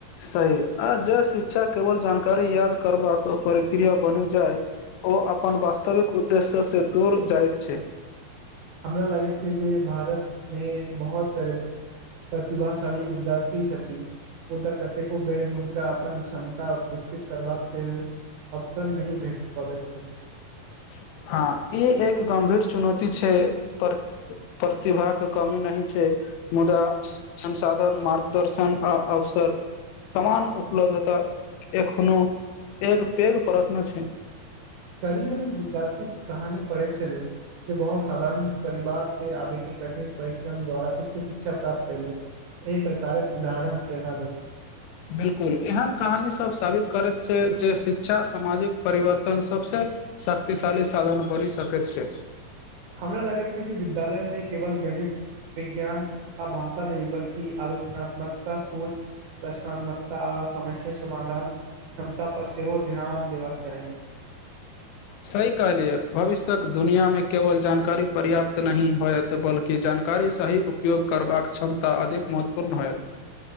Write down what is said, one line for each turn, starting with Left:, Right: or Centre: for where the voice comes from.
Left: सही आ जे शिक्षा केवल जानकारी याद करबाक प्रक्रिया बनि जाय ओ अपन वास्तविक उद्देश्यसँ दूर जाइत छै
Right: हमरा लागैत छै जे भारतमे बहुत पे प्रतिभाशाली विद्यार्थी छथि मुदा कतेको बेर हुनका अपन क्षमता विकसित करबाक सेहो अवसर नहि भेट पाबैत छै
Left: <inaudible> हँ ई एक गम्भीर चुनौती छै पर प्रतिभाके कमी नहि छै मुदा संसाधन मार्गदर्शन आ अवसर सामान उपलब्धताक एखनो एक पैघ प्रश्न छै
Right: काल्हि हम एक विद्यार्थीक कहानी पढ़ैत छलु बहुत साधारण परिवार सँ आबि कऽ कठिन परिश्रम द्वारा उच्च शिक्षा प्राप्त कैले। एहि प्रकार उदाहरण प्रेरणा दैत छै।
Left: बिलकुल, एहन कहानी सभ साबित करैत छै जे शिक्षा सामाजिक परिवर्तन सभसँ शक्तिशाली साधन बनि सकैत छै।
Right: हमरा लगैत छै जे विद्यालय मे केवल गणित विज्ञान आ भाषा नहि बल्कि आलोचनात्मक सोच। प्रश्नात्मकता समस्या समधान क्षमता पर सेहो ध्यान देबाक चाही
Left: सही कहलियै भविष्य तक दुनियामे केवल जानकारी पर्याप्त नहि होयत, बल्कि जानकारीक सही उपयोग करबाक चाही। क्षमता अधिक महत्वपूर्ण होयत